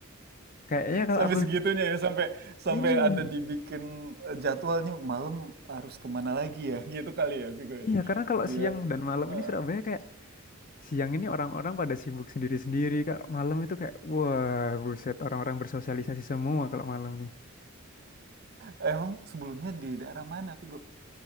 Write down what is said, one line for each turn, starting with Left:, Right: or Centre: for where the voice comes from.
Left: kayaknya kalau
Right: Sampai
Left: aku
Right: segitunya ya, sampai sampai
Left: iya
Right: ada dibikin eh, jadwal nih malam harus kemana lagi ya, <laughs> gitu kali ya, Vigo
Left: iya
Right: ya.
Left: karena kalau
Right: Biar
Left: siang dan malam ini
Right: eh,
Left: Surabaya kayak Siang ini orang-orang pada sibuk sendiri-sendiri. Kalau malam itu kayak, wah buset, orang-orang bersosialisasi semua kalau malam nih.
Right: emang sebelumnya di daerah mana, Vigo?